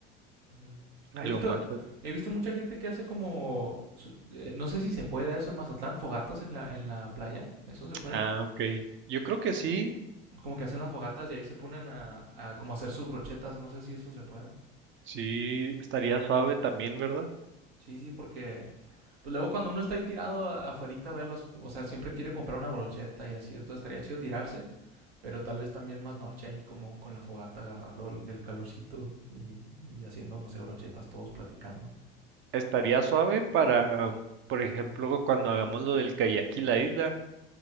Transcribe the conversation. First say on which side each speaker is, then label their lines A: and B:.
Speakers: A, on the right (about 75°); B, on the right (about 40°).
A: Ujú.
B: algo
A: He visto,
B: más.
A: he visto mucha gente que hace como, su- eh, no sé si se puede eso en Mazatlán, fogatas en la, en la playa. ¿Eso se puede?
B: Ah, ok. Yo creo que sí.
A: como que hacen las fogatas y ahí se ponen a, a como hacer sus brochetas. No sé si eso se pueda.
B: Sí, estaría suave también, ¿verdad?
A: Sí, sí, porque pues luego cuando uno está ahí tirado a- afuerita a verlos, o sea, siempre quiere comprar una brocheta y así, entonces estaría chido tirarse, pero tal vez también más noche ahí como con la fogata agarrando el, el calorcito y, y haciendo, no sé, brochetas todos platicando.
B: Estaría suave para, por ejemplo, cuando hagamos lo del kayak y la isla,